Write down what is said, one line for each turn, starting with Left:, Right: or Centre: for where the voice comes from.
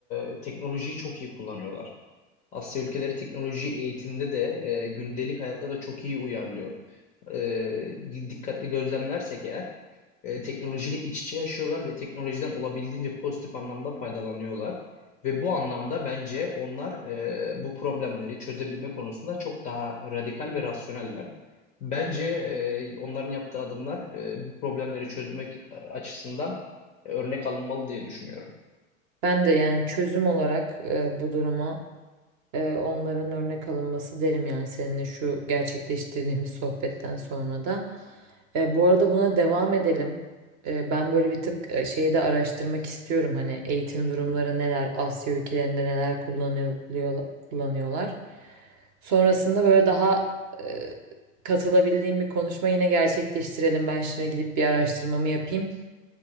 Left: e, teknolojiyi çok iyi kullanıyorlar. Asya ülkeleri teknolojiyi eğitimde de e, gündelik hayatta da çok iyi uyarlıyor. e, dikkatli gözlemlersek eğer e, teknolojiyle iç içe yaşıyorlar ve teknolojiden olabildiğince pozitif anlamda faydalanıyorlar. Ve bu anlamda bence onlar e, bu problemleri çözebilme konusunda çok daha radikal ve rasyoneller. Bence e, onların yaptığı adımlar e, bu problemleri çözmek e, açısından e, örnek alınmalı diye düşünüyorum.
Right: Ben de yani çözüm olarak e, bu duruma Eee, onların örnek alınması derim yani seninle şu gerçekleştirdiğimiz sohbetten sonra da. Eee, bu arada buna devam edelim. Eee, ben böyle bir tık eee, şeyi de araştırmak istiyorum. Hani eğitim durumları neler, Asya ülkelerinde neler kullanıyor, kullanıyorlar. Sonrasında böyle daha eee, katılabildiğim bir konuşma yine gerçekleştirelim. Ben şimdi gidip bir araştırmamı yapayım.